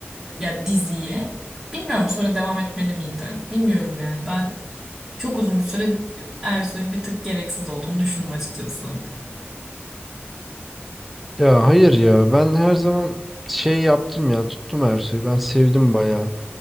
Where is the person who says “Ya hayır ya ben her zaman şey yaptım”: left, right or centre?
Centre